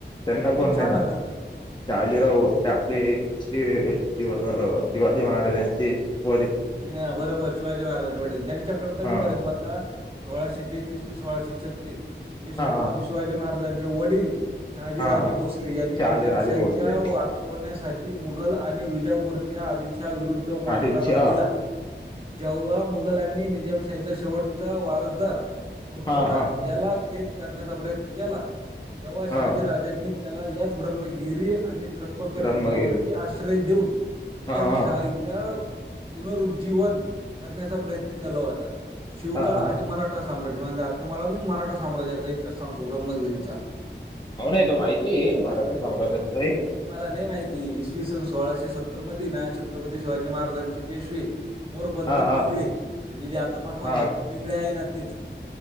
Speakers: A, on the left; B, on the right.
A: त्यांना कोण नाही
B: सांगा
A: मा
B: तर
A: शहाजीराव भोसले आपले श हे शिवाजी महाराजांचे वडील.
B: हा बरोबर शिवाजी महाराज वडील त्यांच्याकडे कधीपर्यंत
A: हा
B: हो ता? सोळाशे तेहतीस ते सोळाशे छत्तीस म्हणजे
A: हा
B: छत्रपती शिवाजी महाराजां चे वडील शहाजी
A: हा
B: राजे भोसले यांनी
A: शहाजीराजे
B: निजामशाहीच्या
A: भोसले
B: वा उचवण्यासाठी मुघल आणि विजापूरच्या आदिलशा विरुद्ध
A: आदीलशहा.
B: जेवा मुघलांनी निजामशाहीचा शेवटचा वारसदार मुर्तजा
A: हा हा
B: याला कैद करण्याचा प्रयत्न केला, तेव्हा
A: हा
B: शहाजीराजे नी त्याला याच ब्रह्मगिरी आणि त्र्यंबकगड
A: ब्रह्मगिरी
B: किल्ल्यावरती आश्रय देऊन निजामशाइच्या
A: हा हा
B: पुनरुज्जीवन करण्याचा प्रयत्न केला होता. शिवकाळ
A: हा हा
B: आणि मरा ठा. मराठा साम्राज म्हणजे तुम्हाला मी मराठा साम्राज्याचा इतिहास सांगतो, ब्रह्मगिरीचा
A: आओ नाही तो माहितीये मराठी साम्राज्य आणि ते
B: तुम्हाला नाही माहिती. इसवी सन सोळाशे सत्तर मधे ना छत्रपती शिवाजी महाराजांचे पेशवे मोरोपंत
A: हा हा
B: पिंगळी म्हणजे जे आता मखमालबादची
A: हा
B: पिंगळे आहे ना तेच.